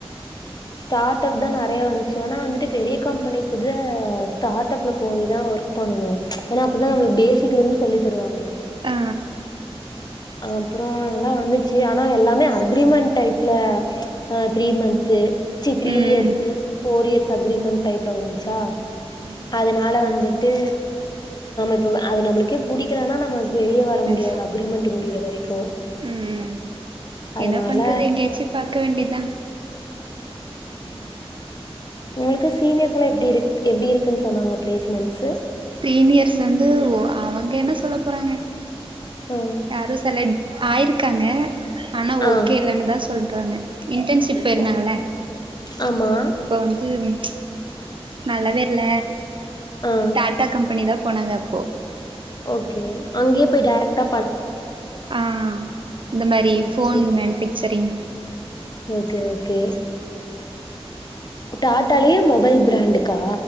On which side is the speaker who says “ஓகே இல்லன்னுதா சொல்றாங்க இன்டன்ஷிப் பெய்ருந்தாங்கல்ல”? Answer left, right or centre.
Right